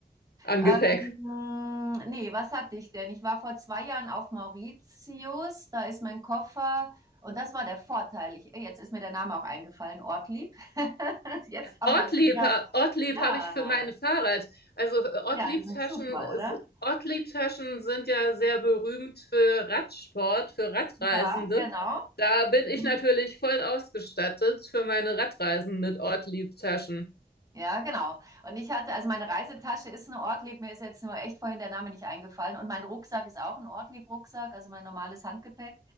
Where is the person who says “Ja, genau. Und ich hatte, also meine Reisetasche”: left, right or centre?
Right